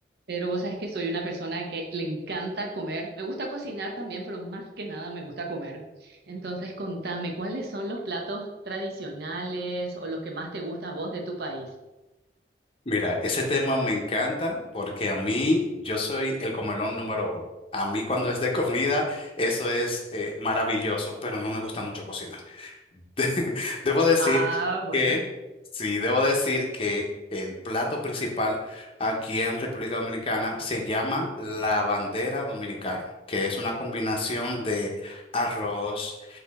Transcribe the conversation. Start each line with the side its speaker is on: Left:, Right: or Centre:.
Right: Pero vos sabés que soy una persona que le encanta comer. Me gusta cocinar también, pero más que nada me gusta comer. Entonces, contame, ¿cuáles son los platos tradicionales o los que más te gusta a vos de tu país?
Left: Mira, ese tema me encanta porque a mí yo soy el comelón número uno. A mí cuando es de comida, eso es eh, maravilloso, pero no me gusta mucho cocinar. De- <laughs> debo decir
Right: Ah, bueno.
Left: que, sí, debo decir que el plato principal aquí en República Dominicana se llama la bandera dominicana, que es una combinación de arroz.